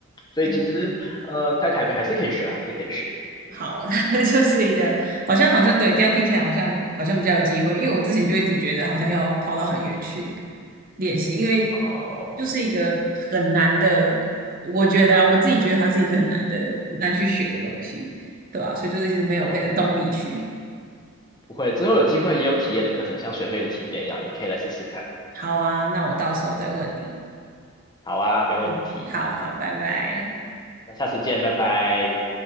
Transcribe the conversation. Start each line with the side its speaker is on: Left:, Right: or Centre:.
Left: 所以其实呃，
Right: 了
Left: 在台北还是可以学啊，还是可以学。
Right: 好，
Left: 嗯
Right: <laughs> 那就是一个好像好像对，这样听起来好像好像比较有机会，因为我之前就一直觉得好像要跑到很远去练习，因为
Left: 哦
Right: 就是一个很难的，我觉得啊，我自己觉得它是一个很难的很难去学的东西，对吧？所以就是一直没有那个动力去。
Left: 哦，不会，之后有机会也有体验的课程，像水费的体验一样，也可以来试试看。
Right: 好啊，那我到时候再问你。
Left: 好啊，没问题，
Right: 嗯，好好，拜拜。
Left: 那下次见，拜拜。